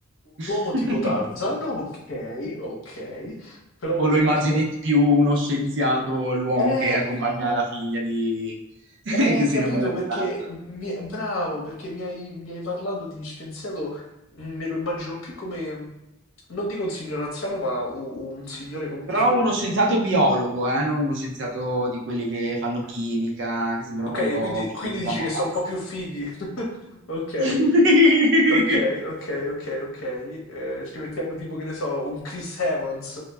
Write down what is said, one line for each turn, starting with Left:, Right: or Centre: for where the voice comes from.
Left: un
Right: <laughs>
Left: uomo tipo Tarzan, ok, ok, però
Right: o
Left: un
Right: lo
Left: uomo
Right: immagini
Left: tipo...
Right: più uno scienziato, l'uomo
Left: Eh,
Right: che accompagna la figlia di... <laughs> che
Left: Eh, capito,
Right: si innamora di
Left: perché
Right: Tarzan?
Left: mi- bravo, perché mi hai, mi hai parlato di scienziato, mm, me lo immagino più come, non dico un signore anziano, ma u- un, signore comunque
Right: Però
Left: sulla...
Right: uno
Left: un-
Right: scienziato biologo, eh, non uno scienziato di quelli che fanno chimica, che sembrano
Left: Ok,
Right: un po'
Left: quindi,
Right: fisica,
Left: quindi dici
Right: un po'
Left: che
Right: pazzi.
Left: sono un po' più fighi. <laughs> Ok,
Right: <laughs>
Left: ok, ok, ok, ok. Eh, ci mettiamo tipo, che ne so, un Chris Evans.